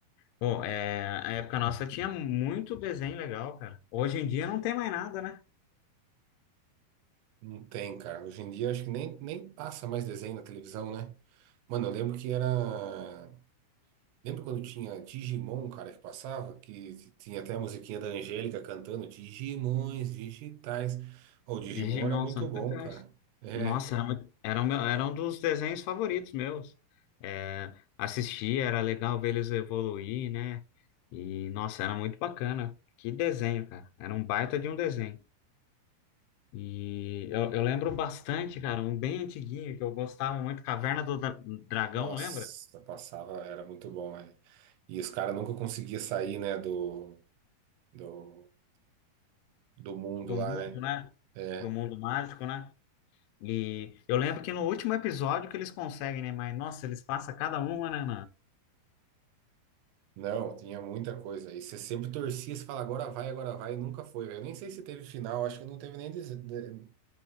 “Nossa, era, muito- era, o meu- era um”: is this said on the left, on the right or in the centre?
Left